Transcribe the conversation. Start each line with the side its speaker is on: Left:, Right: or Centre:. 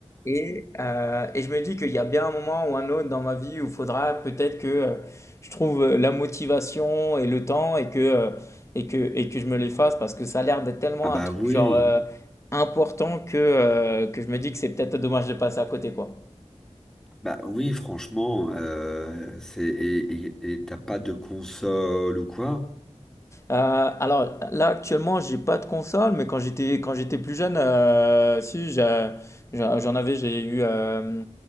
Left: et, euh, et je me dis qu'il y a bien un moment ou un autre dans ma vie où il faudra peut-être que euh, je trouve euh, la motivation et le temps et que, euh, et que, et que je me les fasse parce que ça a l'air d'être tellement
Centre: Ah bah
Left: un truc
Centre: oui,
Left: genre euh, important que, euh, que je me dis que c'est peut-être dommage de passer à côté quoi.
Centre: bah oui, franchement, euh, c'est et et- et t'as pas de console ou quoi?
Left: Euh, alors là actuellement j'ai pas de console mais quand j'étais quand j'étais plus jeune euh, si j'ai- j'ai- j'en avais j'ai eu euh,